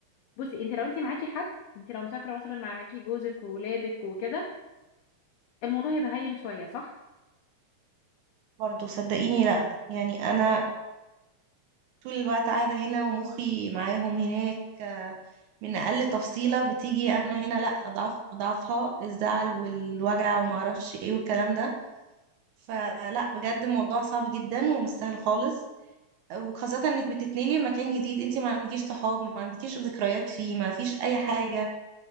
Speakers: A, on the left (about 75°); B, on the right (about 80°).
A: بصي انت لو انت معاكي حد انت لو مسافره مثلا معاكي جوزك وولادك وكده الموضوع هيبقى هين شويه صح
B: برضه صدقيني لا يعني انا طول الوقت قاعدة هنا ومخي معاهم هناك آه، من اقل تفصيلة بتيجي انا هنا لا اضعف اضعفها الزعل والوجع وما اعرفش ايه والكلام ده فلا بجد الموضوع صعب جدا ومش سهل خالص وخاصة انك بتتنقلي لمكان جديد انت ما عندكيش صحاب ما عندكيش ذكريات فيه ما فيش اي حاجة